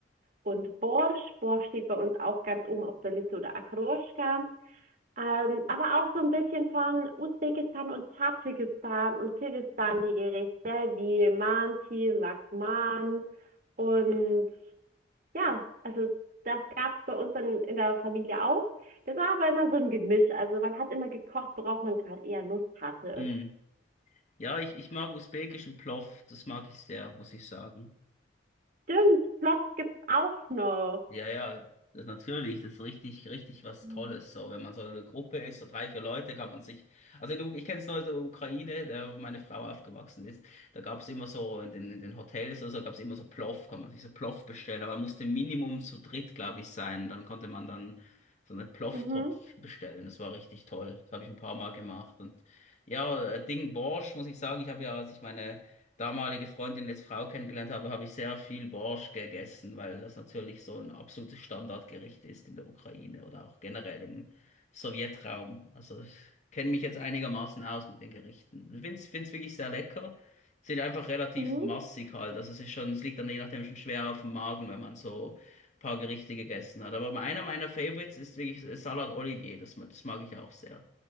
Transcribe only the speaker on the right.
und Borsch. Borsch steht bei uns auch ganz oben auf der Liste oder Akroschka. Ähm, aber auch so ein bisschen von Usbekistan und Tadschikistan und Kirgisistan die Gerichte wie Manti, Lakman und ja, also das gab es bei uns dann in der Familie auch. Das war aber immer so ein Gemisch. Also man hat immer gekocht, worauf man gerade eher Lust hatte.
Stimmt, Ploff gibt's auch noch.
Mhm.
Mhm.
Mhm.